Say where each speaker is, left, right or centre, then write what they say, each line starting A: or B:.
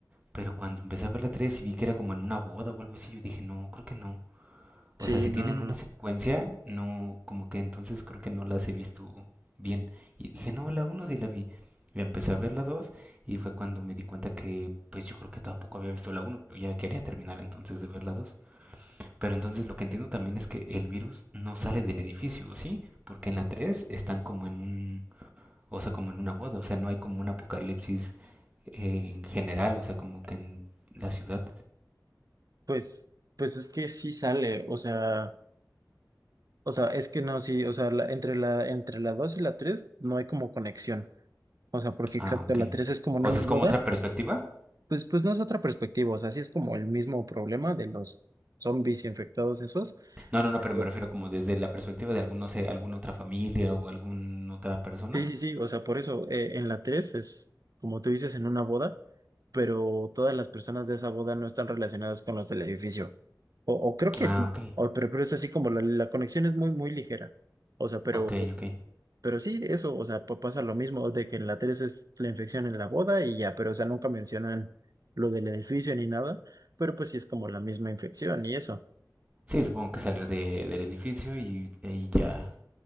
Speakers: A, on the right; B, on the right.
A: pero cuando empecé a ver la 3 y vi que era como en una boda o algo así, yo dije, no, creo que no. O
B: Sí,
A: sea, si
B: no,
A: tienen
B: no,
A: una
B: no.
A: secuencia, no, como que entonces creo que no las he visto bien. Y dije, no, la uno sí la vi. Y empecé a ver la 2 y fue cuando me di cuenta que pues yo creo que tampoco había visto la uno pero ya quería terminar entonces de ver la dos Pero entonces lo que entiendo también es que el virus no sale del edificio, ¿sí? Porque en la 3 están como en un o sea, como en una boda, o sea, no hay como un apocalipsis eh, en general, o sea, como que en la ciudad.
B: Pues, pues es que sí sale, o sea, o sea, es que no, sí, o sea, la- entre la, entre la 2 y la 3 no hay como conexión. O sea, porque exacto,
A: Ah, ok.
B: la 3 es como en
A: O
B: una
A: sea, es
B: boda
A: como otra perspectiva.
B: Pues, pues no es otra perspectiva, o sea, sí es como el mismo problema de los zombies infectados esos.
A: No, no, no, pero
B: Güey.
A: me refiero como desde la perspectiva de algún, no sé, alguna otra familia o alguna otra persona.
B: Sí, sí, sí, o sea, por eso eh, en la 3 es, como tú dices, en una boda, pero todas las personas de esa boda no están relacionadas con los del edificio. O, o creo que
A: Ah,
B: sí,
A: ok,
B: o, pero creo que es así como la, la conexión es muy, muy ligera. O sea, pero,
A: ok, ok.
B: pero sí, eso, o sea, pa- pasa lo mismo de que en la 3 es la infección en la boda y ya, pero o sea, nunca mencionan lo del edificio ni nada, pero pues sí es como la misma infección y eso.
A: Sí, supongo que salió de, del edificio y de ahí ya